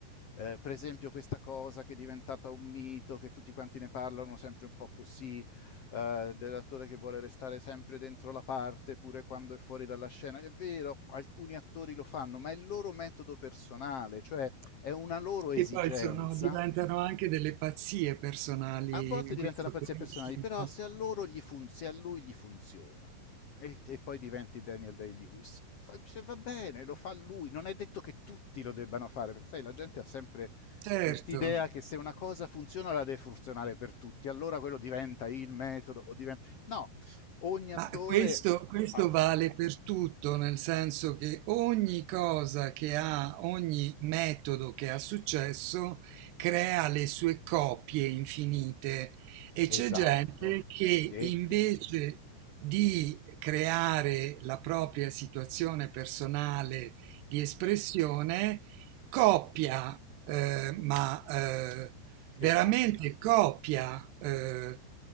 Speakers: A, on the left; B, on the right.
A: eh, per esempio questa cosa che è diventata un mito, che tutti quanti ne parlano sempre un po' così, eh, dell'attore che vuole restare sempre dentro la parte pure quando è fuori dalla scena. È vero, alcuni attori lo fanno, ma è il loro metodo personale, cioè è una loro esigenza
B: e poi sono- diventano anche delle pazzie personali
A: a volte
B: in
A: diventano
B: questo
A: pezzi
B: periodo.
A: personali, però se a, loro gli fun- se a lui gli funziona e, e poi diventi Daniel Day-Lewis, fa- cioè, va bene, lo fa lui, non è detto che tutti lo debbano fare, perché sai, la gente ha sempre
B: Certo.
A: quest'idea che se una cosa funziona la deve funzionare per tutti, allora quello diventa il metodo o diventa... No, ogni attore
B: Ma questo, questo
A: ha...
B: vale per tutto, nel senso che ogni cosa che ha, ogni metodo che ha successo crea le sue copie infinite e
A: Esatto,
B: c'è gente che
A: che...
B: invece
A: che...
B: di creare la propria situazione personale di espressione, copia, eh, ma eh, veramente
A: Esatto.
B: copia. eh,